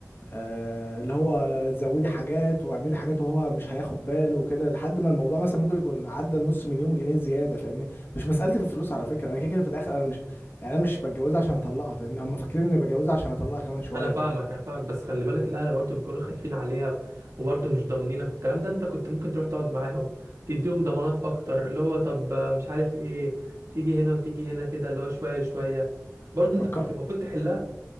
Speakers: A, on the left; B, on the right.
A: آه اللي هو تزودي حاجات واعملي حاجات وهو مش هياخد باله وكده لحد ما الموضوع مثلا ممكن يكون عدى النص مليون جنيه زياده فاهمني مش مسألتي في الفلوس على فكره انا كده كده في الاخر انا مش يعني انا مش بتجوزها عشان اطلقها فاهمني هم فاكرين اني بتجوزها عشان اطلقها كمان شويه
B: انا فاهمك انا فاهمك بس خلي بالك الاهل برضو بيكونوا خايفين عليها وبرضو مش ضامنينك والكلام ده انت كنت ممكن تروح تقعد معاهم تديهم ضمانات اكتر اللي هو طب آه، مش عارف ايه تيجي هنا وتيجي هنا كده اللي هو شويه شويه برضو انت
A: فكرت
B: كنت المفروض تحلها